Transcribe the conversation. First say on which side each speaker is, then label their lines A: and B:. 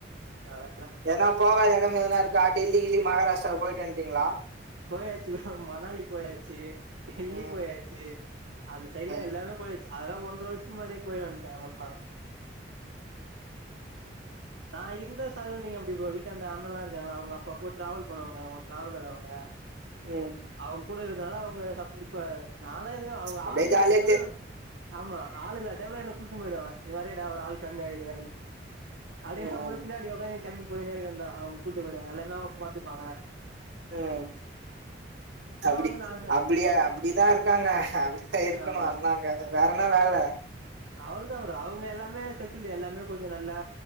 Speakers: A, on the right; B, on the right.
A: அவ
B: ஏனா போகாத எடம் எதனா இருக்கா டெல்லி கில்லி மாகாராஷ்ரா போயிட்டு வண்டீங்ளா
A: போயாச்சி ப்ரோ மனாலி போயாச்சி டெல்லி
B: ம்
A: போயாச்சி அந்த சைடுல
B: ம்
A: எல்லாமே போயாச்சி அதெல்லா ஒன்றவருஷத்துகு முனாடியே போய் வன்ட்ட அதெலா நா இருந்த சரௌண்டிங் அப்டி ப்ரோ வீட்டான்ட அண்ணல்லா இருக்காங்கள்ளா அவங்க அப்பப்போ ட்ராவல் பண்ணுவாங்க அவங்க டிராவலர் அவங்க
B: உ
A: அவங்க கூட இருக்கனால அவங்க சப் இப்ப நாலா எதயு அவங்க
B: அப்டியே
A: ஆள்
B: ஜாலியா
A: இல்லாத டைம்ல
B: தெ
A: ஆமா ஆள் இல்லா டைம்ல என்ன கூட்டுனு போயிடுவாங்க நீ வரியாடா ஒரு ஆள் கம்மியாகுது அப்டினு அப்டியேனா
B: ம்
A: நானு பினாடி உகாந்துனு கெளம்பி போயினேருக வேண்டியதா அவங்க கூட்டு போயிடுவாங்க எல்லாமே அவங்க பாதுப்பாங்க
B: ம் அப்டி
A: வந்து நாங்க
B: அப்டியா அபடிதா இருகாங்க அப்டிதா இருக்கணு
A: ஆமா
B: அண்ணாங்க வேறனா வேல
A: அவ்ளதா வரும் அவங்க எல்லாமே செட்டில் எல்லாமே கொஞ்சம் நல்லா